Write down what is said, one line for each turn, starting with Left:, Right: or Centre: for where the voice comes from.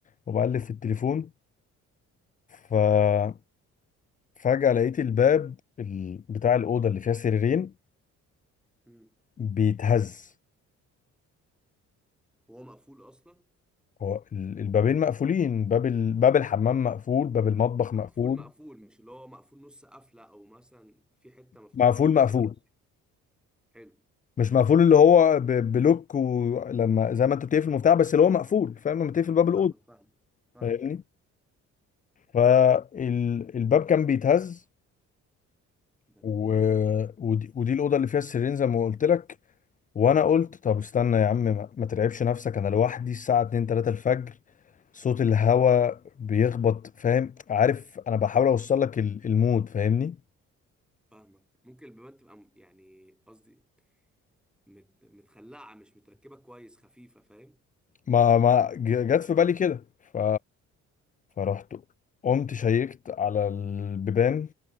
Left: وبقلب في التليفون ففجأة لقيت الباب ال- بتاع الأوضة اللي فيها سريرين
Centre: امم
Left: بيتهز
Centre: هو مقفول اصلا
Left: هو ال- البابين مقفولين باب ال... باب الحمام مقفول باب المطبخ مقفول
Centre: مقفول مقفول مش اللي هو مقفول نص قفله او مثلا في حته مفتوحه
Left: مقفول
Centre: فيه
Left: مقفول
Centre: كده حلو
Left: مش مقفول اللي هو ب... بلوك ولما زي ما انت بتقفل المفتاح بس اللي هو مقفول فاهم لما تقفل باب
Centre: فاهمك
Left: الأوضة
Centre: فاهمك فاهمك
Left: فاهمني فالباب كان بيتهز
Centre: ده غريب
Left: و... ودي... ودي الأوضة اللي فيها السريرين زي ما قلت لك وانا قلت
Centre: مم.
Left: طب استنى يا عم ما ما ترعبش نفسك انا لوحدي الساعة 2 3 الفجر صوت الهوا بيخبط فاهم عارف انا بحاول اوصل لك ال- المود فاهمني
Centre: فاهمك ممكن البيبان تبقى م- يعني قصدي مت... متخلعه مش متركبه كويس خفيفه فاهم
Left: ما ما ج- جت في بالي كده ف فرحت قمت شيكت على البيبان